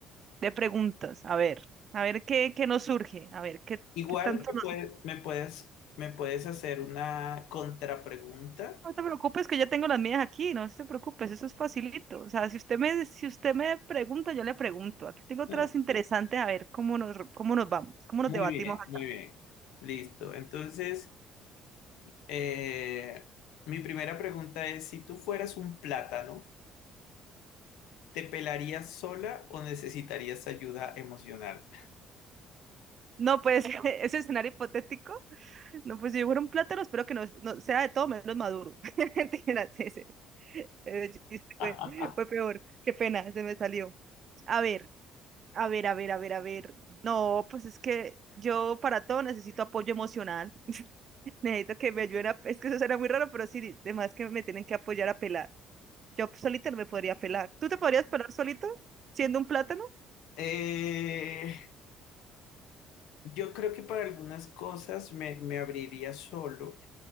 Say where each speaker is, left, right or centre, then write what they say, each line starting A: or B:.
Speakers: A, on the right; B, on the left.
A: de preguntas. A ver, a ver qué, qué nos surge, a ver qué,
B: Igual
A: qué tanto
B: me
A: nos...
B: puede- me puedes, me puedes hacer una contrapregunta.
A: No te preocupes que ya tengo las mías aquí, no te preocupes, eso es facilito. O sea, si usted me, si usted me pregunta, yo le pregunto. Aquí tengo
B: Bueno,
A: otras interesantes, a ver cómo nos, cómo nos vamos, cómo nos
B: Muy
A: debatimos
B: bien,
A: acá.
B: muy bien. Listo. Entonces, eh, mi primera pregunta es, si tú fueras un plátano, ¿Te pelarías sola o necesitarías ayuda emocional?
A: No, pues, <laughs> ese escenario hipotético. No, pues si fuera un plátano, espero que no, no sea de todo menos maduro. <laughs> Mentiras, ese, ese chiste fue,
B: <laughs>
A: fue peor. Qué pena, se me salió. A ver, a ver, a ver, a ver, a ver. No, pues es que yo para todo necesito apoyo emocional. <laughs> Necesito que me ayuden a... Es que eso será muy raro, pero sí, además que me tienen que apoyar a pelar. Yo solita no me podría pelar. ¿Tú te podrías pelar solito siendo un plátano?
B: Eh, yo creo que para algunas cosas me, me abriría solo,